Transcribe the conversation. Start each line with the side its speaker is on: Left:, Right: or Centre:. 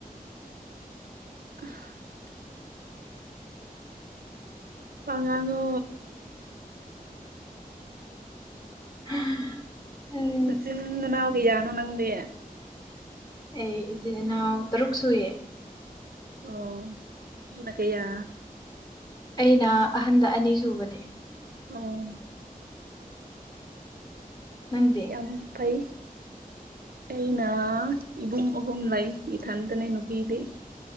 Right: <inaudible> ꯋꯥ ꯉꯥꯡꯉꯣ
Left: <unintelligible> ꯎꯝ
Right: ꯅꯆꯤꯟ ꯅꯅꯥꯎ ꯀꯌꯥꯅꯣ ꯅꯪꯗꯤ
Left: ꯑꯩ ꯏꯆꯤꯟ ꯏꯅꯥꯎ ꯇꯔꯨꯛ ꯁꯨꯏꯌꯦ
Right: ꯑꯣ ꯅꯨꯄꯤꯅ ꯀꯌꯥ
Left: ꯑꯩꯅ ꯑꯍꯟꯗ ꯑꯅꯤ ꯁꯨꯕꯅꯦ
Right: ꯑꯣ
Left: ꯅꯪꯗꯤ
Right: ꯌꯥꯝ ꯐꯩ ꯑꯩꯅ ꯏꯕꯨꯡ ꯑꯍꯨꯝ ꯂꯩ ꯏꯊꯟꯇꯅꯦ ꯅꯨꯄꯤꯗꯤ